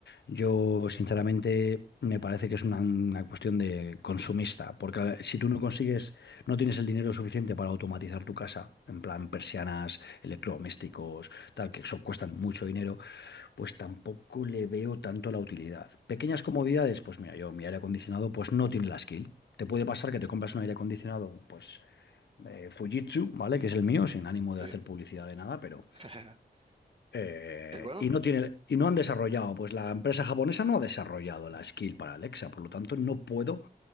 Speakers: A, on the left; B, on the right.
A: Yo, sinceramente, me parece que es una, una cuestión de consumista, porque si tú no consigues, no tienes el dinero suficiente para automatizar tu casa, en plan persianas, electrodomésticos, tal, que eso cuestan mucho dinero, pues tampoco le veo tanto la utilidad. Pequeñas comodidades, pues mira, yo mi aire acondicionado, pues no tiene la skill. Te puede pasar que te compras un aire acondicionado, pues eh, Fujitsu, ¿vale? Que es el mío, sin ánimo
B: sí.
A: de hacer publicidad de nada, pero
B: <laughs>
A: eh,
B: Es bueno.
A: y no tiene, y no han desarrollado, pues la empresa japonesa no ha desarrollado la skill para Alexa, por lo tanto no puedo